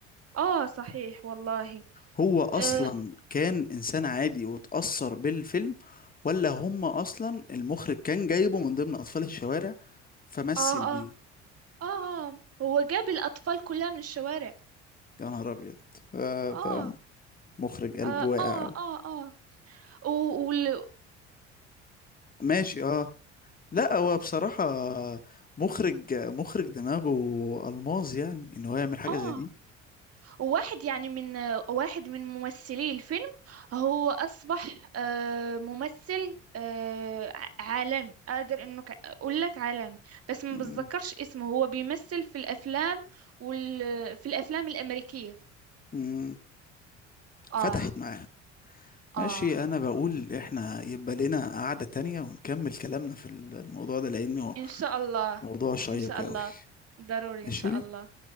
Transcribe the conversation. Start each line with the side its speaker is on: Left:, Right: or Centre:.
Right: اه صحيح والله
Left: هو اصلا
Right: اه
Left: كان انسان عادي واتأثر بالفيلم ولا هم اصلا المخرج كان جايبه من ضمن اطفال الشوارع فمثل
Right: اه اه,
Left: بيه
Right: آه. آه. هو جاب الاطفال كلها من الشوارع
Left: يا نهار ابيض آه، ده
Right: اه
Left: مخرج قلبه
Right: اه
Left: واقع
Right: اه
Left: أوي.
Right: اه, آه. و... وال...
Left: ماشي اه لا هو بصراحة مخرج مخرج دماغه ألماظ يعني ان هو يعمل حاجة
Right: اه
Left: زي دي
Right: واحد يعني من واحد من ممثلي الفيلم هو أصبح آه، ممثل آه، ع- عالمي أقدر إنه ك- أقول لك عالمي بس ما
Left: مم.
Right: بتذكرش اسمه هو بيمثل في الأفلام وال في الأفلام الأمريكية
Left: مم.
Right: آه
Left: فتحت معاه ماشي
Right: آه
Left: انا بقول احنا يبقى لنا قعدة تانية ونكمل كلامنا في الموضوع ده لانه
Right: إن شاء الله
Left: موضوع شيق
Right: إن شاء الله
Left: قوي
Right: ضروري
Left: ماشي
Right: إن شاء الله